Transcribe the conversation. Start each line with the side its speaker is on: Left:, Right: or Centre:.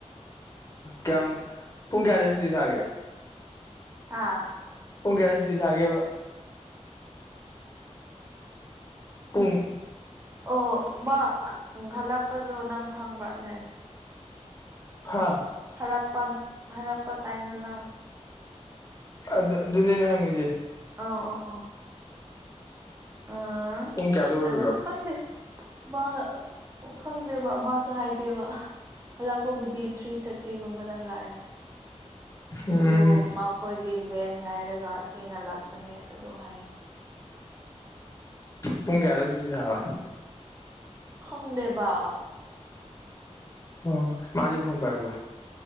Left: ꯀꯌꯥꯝ ꯄꯨꯡ ꯀꯌꯥꯗ ꯁꯨꯇꯤ ꯊꯥꯒꯦ
Right: ꯑꯥ
Left: ꯄꯨꯡ ꯀꯌꯥ ꯁꯨꯇꯤ ꯊꯥꯒꯦꯕ ꯄꯨꯡ
Right: ꯑꯣ ꯃꯥ ꯍꯜꯂꯛꯄꯗꯣ ꯅꯪ ꯍꯪꯕ꯭ꯔꯅꯦ
Left: ꯍꯥꯥ
Right: ꯍꯔꯛꯄ ꯍꯥꯔꯛꯄ ꯇꯥꯏꯝꯗꯅꯪ
Left: ꯑꯗꯨ ꯑꯗꯨꯅꯦꯩꯅ ꯍꯪꯉꯤꯁꯦ
Right: ꯑ ꯑ ꯑ
Left: ꯄꯨꯡ ꯀꯌꯥꯗ ꯑꯣꯏꯔꯤꯔꯣ
Right: ꯑ ꯈꯪꯗꯦ ꯃꯥ ꯈꯪꯗꯦꯕ ꯃꯥꯁꯨ ꯍꯥꯏꯗꯦꯕ ꯍꯜꯂꯛꯄꯕꯨꯗꯤ ꯊ꯭ꯔꯤ ꯊꯥꯔꯇꯤꯒꯨꯝꯕꯗ ꯍꯜꯂꯛꯑꯦ
Left: ꯎꯝ
Right: ꯑꯗꯨ ꯃꯈꯣꯏꯗꯤ ꯚꯦꯟ ꯉꯥꯏꯔꯒ ꯊꯦꯡꯅꯂꯥꯛꯄꯅꯦ ꯑꯗꯨ ꯍꯥꯏ
Left: ꯄꯨꯡ ꯀꯌꯥꯗ ꯁꯨ ꯆꯤ ꯊꯥꯕ
Right: ꯈꯪꯗꯦꯕ
Left: ꯑꯣ ꯃꯥꯗꯤ ꯐꯣꯟ ꯇꯥꯏꯕ